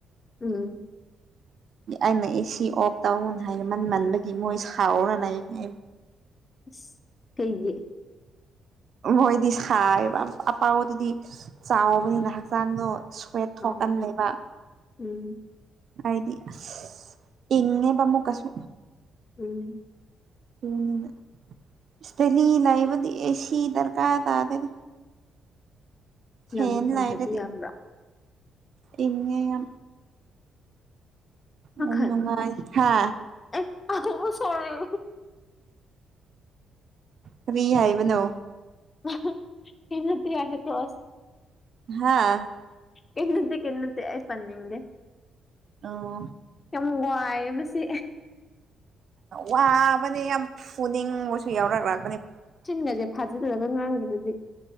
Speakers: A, on the left (about 30°); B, on the right (about 55°).
A: ꯎꯝ
B: ꯑꯩꯅ ꯑꯦꯁꯤ ꯑꯣꯐ ꯇꯧꯅ ꯍꯥꯏꯃꯟꯃꯟꯕꯒꯤ ꯃꯣꯏ ꯁꯥꯎꯔ ꯂꯩ ꯑꯩ
A: ꯏꯁ ꯀꯩꯒꯤ
B: ꯃꯣꯏꯗꯤ ꯁꯥꯏꯌꯦꯕ ꯑꯄꯥꯎꯗꯨꯗꯤ ꯆꯥꯎꯕꯅꯤꯅ ꯍꯛꯆꯥꯡꯗꯣ ꯁ꯭ꯋꯦꯠ ꯊꯣꯛꯀꯟꯂꯦꯕ
A: ꯑꯥ ꯎꯝ
B: ꯑꯩꯗꯤ ꯑꯁ ꯏꯪꯉꯦꯕ ꯑꯃꯨꯛꯀꯁꯨ
A: ꯎꯝ
B: <unintelligible> ꯗꯦꯜꯂꯤ ꯂꯩꯕꯗꯤ ꯑꯦꯁꯤ ꯗꯔꯀꯥꯔ ꯇꯥꯗꯦꯗ ꯐꯦꯟ
A: ꯂꯝ ꯄꯟꯕꯗꯤ
B: ꯂꯩꯔꯗꯤ
A: ꯌꯥꯕ꯭ꯔꯥ
B: ꯏꯪꯉꯦ ꯌꯥꯝ
A: ꯃꯈꯜ
B: ꯌꯥꯝ ꯅꯨꯡꯉꯥꯏ ꯍꯥ
A: <unintelligible> ꯁꯣꯔꯤ
B: ꯀ꯭ꯔꯤ ꯍꯥꯏꯕꯅꯣ
A: <unintelligible> ꯀꯦꯝ ꯅꯠꯇꯦ ꯌꯥꯔꯦ ꯇꯣꯛꯑꯁꯦ
B: ꯍꯥꯥ
A: ꯀꯩꯝ ꯅꯠꯇꯦ ꯀꯩꯝ ꯅꯠꯇꯦ ꯑꯩ ꯄꯟꯅꯤꯡꯗꯦ
B: ꯇꯧꯋꯣ
A: ꯌꯥꯝ ꯋꯥꯏꯌꯦ ꯃꯁꯤ
B: ꯋꯥꯕꯅꯤ ꯌꯥꯝ ꯐꯨꯅꯤꯡꯕꯁꯨ ꯌꯥꯎꯔꯔꯛ
A: ꯆꯤꯟꯒꯁꯦ ꯐꯥꯖꯤꯜꯂꯒ ꯉꯥꯡꯕꯗꯗꯤ